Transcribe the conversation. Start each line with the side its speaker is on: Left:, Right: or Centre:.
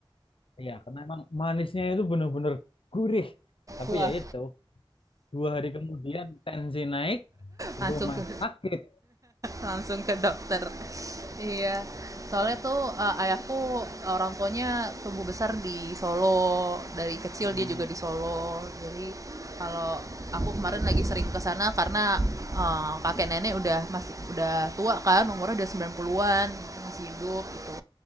Left: iya karena emang manisnya itu bener-bener gurih. Tapi
Right: Wah,
Left: ya itu, dua hari kemudian tensi naik,
Right: langsung
Left: rumah
Right: tuh
Left: sakit
Right: Langsung ke dokter. Iya, soalnya
Left: kayaknya.
Right: tuh eh, ayahku orang tuanya tumbuh besar di Solo, dari kecil
Left: Mm,
Right: dia juga di Solo. Jadi kalau aku kemarin lagi sering ke sana karena eh, kakek nenek udah masih udah tua kan, umurnya udah sembilan puluhan masih hidup gitu.